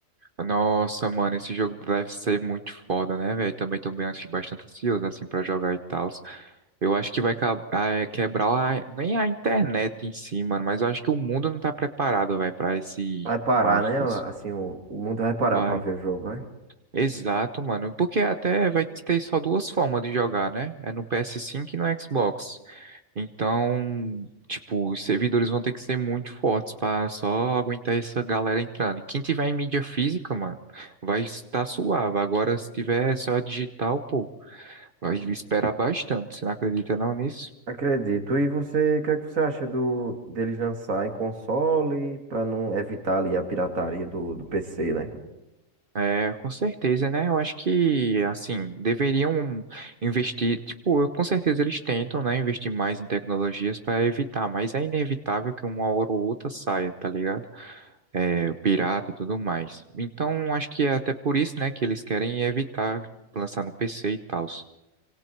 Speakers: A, on the right; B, on the right.
A: Nossa, mano, esse jogo deve ser muito foda, né, velho? Também tô bem, ansi- bastante ansioso, assim, pra jogar e tal. Eu acho que vai ca- ah, é, quebrar a- nem a internet em si, mano, mas eu acho que o mundo não tá preparado, velho, pra esse
B: Vai parar,
A: marco,
B: né?
A: assim.
B: Assim, o, o mundo vai parar
A: Vai.
B: pra ver o jogo, né?
A: Exato, mano. Porque até vai ter só duas formas de jogar, né? É no PS5 e no Xbox. Então, tipo, os servidores vão ter que ser muito fortes para só aguentar essa galera entrando. E quem tiver em mídia física, mano, vai estar suave. Agora, se tiver só digital, pô, vai esperar bastante. Você não acredita não nisso?
B: Acredito. E você, o que é que você acha do deles lançar em console para não evitar ali a pirataria do, do PC, né?
A: É, com certeza, né? Eu acho que, assim, deveriam investir. Tipo, eu, com certeza eles tentam, né, investir mais em tecnologias para evitar, mas é inevitável que uma hora ou outra saia, tá ligado? é, o pirata e tudo mais. Então, acho que é até por isso, né, que eles querem evitar lançar no PC e tal,